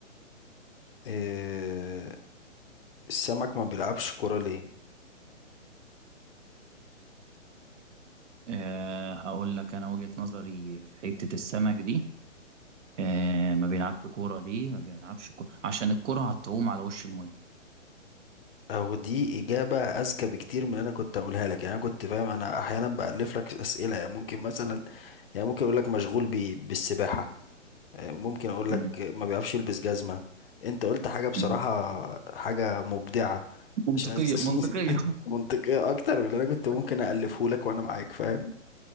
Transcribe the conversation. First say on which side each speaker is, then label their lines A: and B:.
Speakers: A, on the left; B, on the right.
A: إيه... السمك ما بيلعبش كرة ليه؟
B: أه هقول لك انا وجهه نظري في حته السمك دي أه ما بيلعبش كوره ليه ما بيلعبش كوره عشان الكوره هتعوم على وش الميه
A: او دي اجابه اذكى بكتير من اللي انا كنت اقولها لك يعني انا كنت فاهم انا احيانا بالف لك اسئله يعني ممكن مثلا يعني ممكن اقول لك مشغول ب- بالسباحه آه، ممكن اقول
B: مم.
A: لك ما بيعرفش يلبس جزمه انت قلت حاجه بصراحه
B: مم.
A: حاجه مبدعه
B: منطقيه
A: عشان
B: منطقيه
A: <laughs> منطقيه اكتر من اللي انا كنت ممكن
B: <laughs>
A: الفه لك وانا معاك فاهم